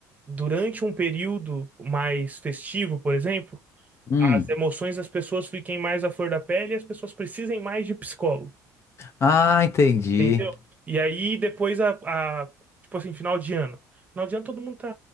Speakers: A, on the right; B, on the left.
A: durante um período mais festivo, por exemplo,
B: Hum.
A: as emoções das pessoas fiquem mais à flor da pele e as pessoas precisem mais de psicólogo.
B: Ah, entendi.
A: Entendeu? E aí depois a, a- tipo assim, final de ano. Final de ano todo mundo tá